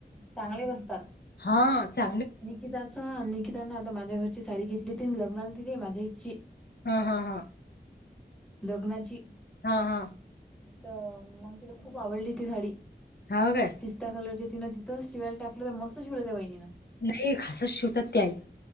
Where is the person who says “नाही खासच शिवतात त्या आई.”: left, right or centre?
Left